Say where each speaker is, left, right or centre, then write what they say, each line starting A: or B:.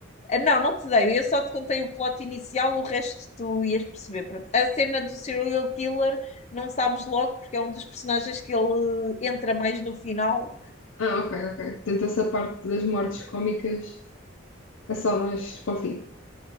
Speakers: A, on the left; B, on the left.
A: Ah, Não, não te dei, eu só te contei o plot inicial, o resto tu ias perceber. Pronto. A cena do serial killer não sabes logo, porque é um dos personagens que ele entra mais no final,
B: Ah, ok, ok. Portanto, essa parte das mortes cómicas é só mais para o fim.